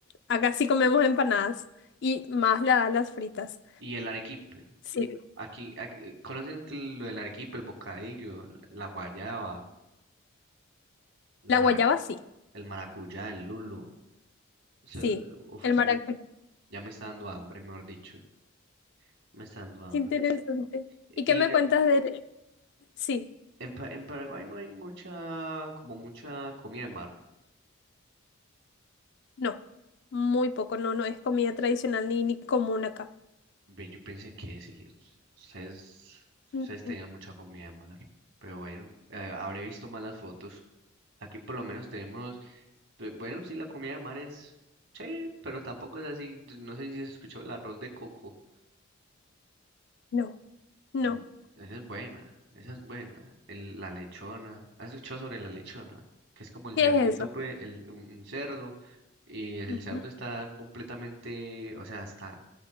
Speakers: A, on the left; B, on the right.
A: Acá sí comemos empanadas. Y más la, las fritas.
B: Y el arequipe,
A: Sí.
B: aquí, aquí- ¿conocen que lo del arequipe, el bocadillo, la guayaba, el
A: La
B: maracu-
A: guayaba sí.
B: el maracuyá, el lulo? Eso,
A: Sí.
B: uf,
A: El maracuyá.
B: n- ya me está dando hambre, mejor dicho, me está dando hambre.
A: Qué interesante. ¿Y
B: Y
A: qué me
B: eh,
A: cuentas de...? Sí.
B: en, Pa- en Paraguay no hay mucha, como mucha comida de mar.
A: No. Muy poco. No, no es comida tradicional ni, ni común acá.
B: Ve, yo pensé que sí, us- ustedes,
A: No.
B: ustedes tenían mucha comida de mar, pero bueno, eh, habré visto malas fotos. Aquí por lo menos tenemos, pe- bueno, sí, la comida de mar es, sí, pero tampoco es así, d- no sé si has escuchado el arroz de coco.
A: No. No.
B: Mm, Esa es buena, esa es buena. El- la lechona, ¿has escuchado sobre la lechona? Que es como el
A: ¿Qué
B: cerdito,
A: es eso?
B: pues, el, un un cerdo, y el
A: Ujú.
B: cerdo está completamente, o sea, está